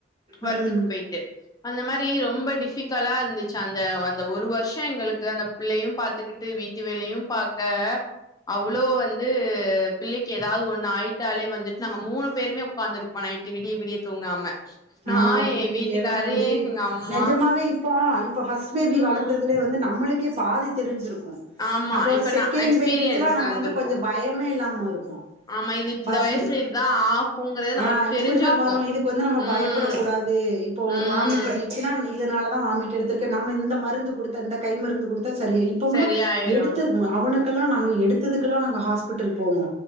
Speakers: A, on the left; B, on the right.
A: ஒர்க்குக்கு
B: ம்
A: போயிட்டு அந்த மாரி ரொம்ப டிஃபி க்கலா இருந்துச்சு அந்த அந்த ஒரு வருஷோ எங்களுக்கு அந்த புள்ளையு பாத்துக்கிட்டு வீட்டு வேலயு பாக்க அவ்ளோ வந்து பிள்ளைக்கு ஏதாவது ஒண்ணு ஆயிட்டாலே வந்துட்டு நாங்க மூணு பேருமே ஓக்காந்துருப்போ நைட்டு விடிய விடிய தூங்காம நா
B: ஆ புரியுது
A: எ வீட்டுக்காரு
B: ஏனா வந்து
A: எங்க அம்மா
B: நெஜமாவே இப்போ இப்ப ஃபஸ்ட் பேபி
A: ம்
B: வளத்ததுலே வந்து நம்மளுக் க்கே பாதி தெரிஞ்சிரு
A: ஆமா
B: அப்போ
A: இப்ப
B: செகண்ட்
A: நா எக்ஸ்பீரியன்ஸ்
B: பேபிக்கல்லா நம்ம
A: வந்திருக்கு
B: வந்து கொஞ்சோ பயமே இல்லாம இருப்போ
A: ஆமா இது
B: ஃபஸ்ட்
A: இந்த வயசுல
B: பே
A: இதுதா ஆகுங்கறது நம்மளுக்கு
B: ஆ
A: தெரிஞ்சிருக்கு
B: இப்டிதா வரு இதுக்கு வந்து நம்ம
A: ம்
B: பயப் சாப்டக்க கூடாது இப்போ ஒரு
A: ம்
B: வாமிட் பண்ணிடுச்சுன்னா இதனால தா வாமிட்டு எடுத்துருக்கு நம்ம இந்த மருந்து குடுத்த இந்த கை மருந்து குடுத்தா சரியாயி இப்பல்லா
A: சரியாயிரு
B: எடுத்த அவனுக் அப்பலா நாங்க எடுத்ததுக்கெல்லா நாங்க ஹாஸ்பிட்டல் போவோ